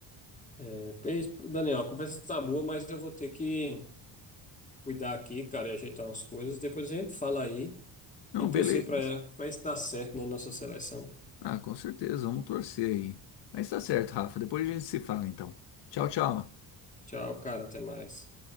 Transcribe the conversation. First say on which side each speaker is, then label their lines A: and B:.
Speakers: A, on the left; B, on the left.
A: É, pois, Daniel, a conversa tá boa, mas eu vou ter que cuidar aqui, cara, e ajeitar umas coisas. Depois a gente fala aí
B: Não,
A: e torcer
B: beleza.
A: para para isso dar certo na nossa seleção.
B: Ah, com certeza, vamos torcer aí. Mas tá certo, Rafa. Depois a gente se fala então. Tchau, tchau.
A: Tchau, cara, até mais.